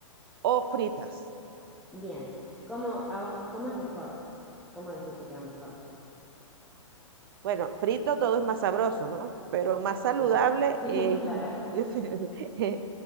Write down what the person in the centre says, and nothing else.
Bien. ¿Cómo hago- cómo es mejor? ¿Cómo decís que quedan mejor?
Sí. <laughs>
Claro.